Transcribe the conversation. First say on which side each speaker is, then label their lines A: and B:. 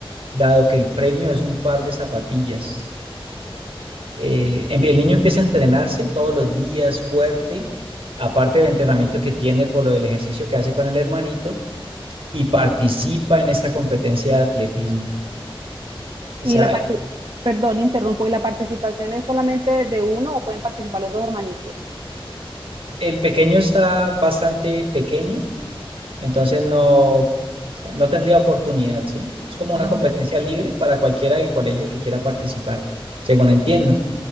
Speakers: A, on the right; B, on the right.
A: dado que el premio es un par de zapatillas. Eh, em- el niño empieza a entrenarse todos los días fuerte, aparte del entrenamiento que tiene por lo del ejercicio que hace con el hermanito, y participa en esta competencia de atletismo. O
B: Y
A: sea,
B: la parte, perdón, interrumpo. ¿Y la participación es solamente de uno o pueden participar los dos hermanitos?
A: el pequeño está bastante pequeño Entonces no, o sea, no tendría oportunidad, ¿sí? Es como una
B: Ah,
A: competencia libre para cualquiera del colegio que quiera participar, según entiendo.